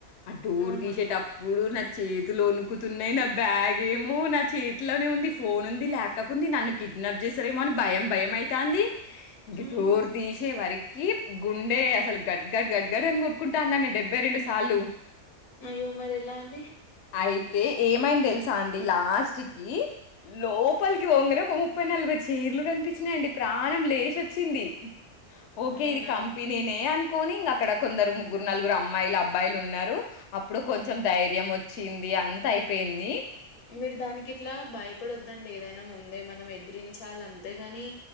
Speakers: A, on the left; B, on the left.
A: ఆ డోర్
B: అవునా
A: తీసేట అప్పుడు నా చేతులు ఒనుకుతున్నాయి నా బ్యాగ్ ఏమో నా చేతి ఇంట్లనే ఉంది ఫోన్ ఉంది ల్యాప్టాప్ ఉంది నన్ను కిడ్నాప్ చేసారేమో అని భయం భయంఐతంది ఇంక
B: మ్మ్
A: డోర్ దీశే వరకి కి గుండె అసలు గడ్గడ్ గడ్గడ్ అని కొట్టుకుంటాందండి డెబ్బై రెండు సార్లు
B: అయ్యో మరి ఎలా అండి
A: అయితే ఏమైంది తెలుసా అండి లాస్ట్ కి లో లోప్పలికి ఒంగనే ఒక ముప్పై నలభై చీరలు కనిపించినాయండి ప్రాణం లేసొచ్చింది ఓకే
B: అవునా
A: ఇది కంపెనీనే అం అకని ఇంక అక్కడ కొందరు ముగ్గురు నలుగురు అమ్మాయిలు అబ్బాయిలు ఉన్నారు అప్పుడు కొంచెం ధైర్యం వచ్చింది అంత అయిపోయింది
B: మీరు దానికి ఇట్లా భయపడొద్దండి ఏదైనా ముందే మనం ఎదిరించాల్ అంతేగాని